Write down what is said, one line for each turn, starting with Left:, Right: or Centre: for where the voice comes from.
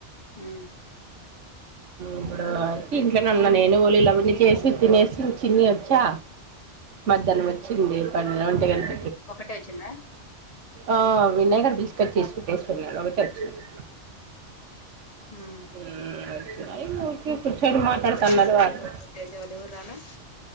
Left: ఉమ్
Right: ఇప్పుడు అయితే ఇంట్లోనే ఉన్నా నేను లావంనీ చేసి తినేసి చిని వచ్చా మధ్యాహ్నం వచ్చింది ప వంటిగంట
Left: ఒకతే వచ్చిందా
Right: ఆ విన్నైగాడు తీసుకొచ్చేసి పెటేసిపోయినాడు ఒకతె వచ్చింది
Left: మ్మ్
Right: ఉమ్ టైముకి కూర్చొని మాట్లాడుతున్నారు
Left: ప్రశాంత్
Right: వాళ్ళు
Left: తేజ వాళ్ళు ఎవరు రాలా